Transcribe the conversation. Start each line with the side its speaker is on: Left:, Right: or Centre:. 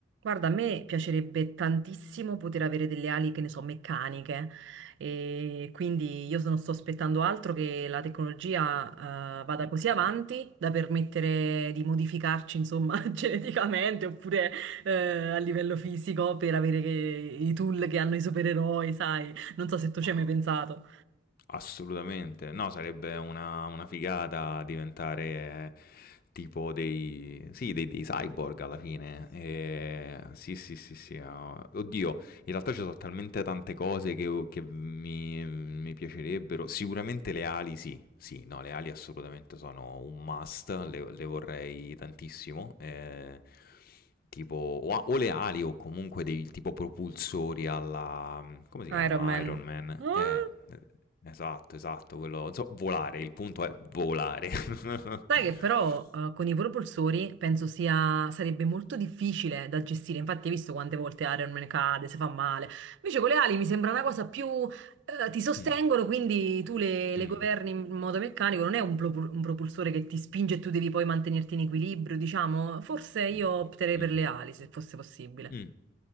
Right: Guarda, a me piacerebbe tantissimo poter avere delle ali, che ne so, meccaniche. E quindi io non sto aspettando altro che la tecnologia, eh, vada così avanti da permettere di modificarci, insomma, <laughs> geneticamente oppure, eh, a livello fisico per avere che- i tool che hanno i supereroi, sai? Non so se tu
Left: Ma
Right: ci hai mai pensato.
Left: Assolutamente, no, sarebbe una, una figata diventare eh, tipo dei, sì, dei, dei cyborg alla fine. Eh, sì, sì, sì, sì. ah, Oddio, in realtà ci sono talmente tante cose che, che mi, mi piacerebbero. Sicuramente le ali, sì. Sì, no, le ali assolutamente sono un must, le, le vorrei tantissimo. eh, tipo, o, a- o le ali o comunque dei tipo propulsori alla... come si
Right: Iron
Left: chiama?
Right: Man.
Left: Iron Man.
Right: Ah!
Left: Eh, esatto, esatto, quello... so- volare, il punto è volare. <laughs>
Right: Sai che però eh, con i propulsori penso sia, sarebbe molto difficile da gestire, infatti hai visto quante volte Iron Man cade, se fa male, invece con le ali mi sembra una cosa più, eh, ti sostengono,
Left: Mm,
Right: quindi tu le, le
Left: mm,
Right: governi in modo meccanico, non è un, propu- un propulsore che ti spinge e tu devi poi mantenerti in equilibrio, diciamo, forse io
Left: mm,
Right: opterei per
Left: mm,
Right: le
Left: mm,
Right: ali se fosse possibile.
Left: mm.